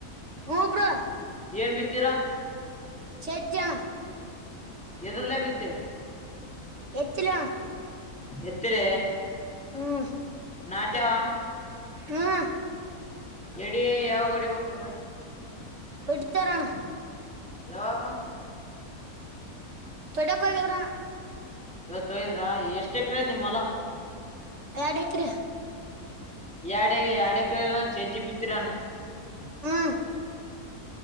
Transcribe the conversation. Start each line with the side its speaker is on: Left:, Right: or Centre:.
Right: ಹೂಬ್ರ
Centre: ಏನ್ ಬಿತ್ತೀರಾ
Right: ಛಜಜಣ
Centre: ಎದು್ರಲೇ ಬಿತ್ತೀರಿ
Right: ಹೆಚ್ಚಲ
Centre: ಎತ್ರ
Right: ಹ್ಮ್
Centre: ನಾಟಾವ
Right: ಹಾ
Centre: ಎಡಿ ಯಾವಾಗ ಹೊಓಡಿಬೇಕು
Right: ಎಡಿತಾರಾನ
Centre: ಯಾವಾಗ
Right: ಡ ಕೊ ವಿದುರ
Centre: ತೋಯದ್ರಾ ಎಷ್ಟ ಎಕ್ರ್ ನಿಮ್ ಅಲ್ಲ
Right: ಯಡ್ಕ್ರ
Centre: ಎಡೆ ಎಡೆ ಕ ಚಜಿ ಬಿತ್ತರಾನ
Right: ಹ್ಮ